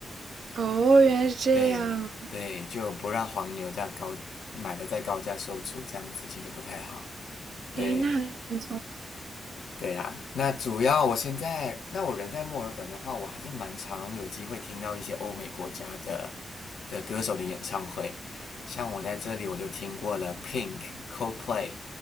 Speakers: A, on the right; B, on the left.
A: 哦，原来是这样。
B: 对对，就不让黄牛在高买了再高价售出，这样子其实不太好。对，
A: 诶，那很
B: 对呀，那主要我现在，那我人在墨尔本的话，我还是蛮常有机会听到一些欧美国家的的歌手的演唱会。像我在这里，我就听过了 Pink、Coldplay，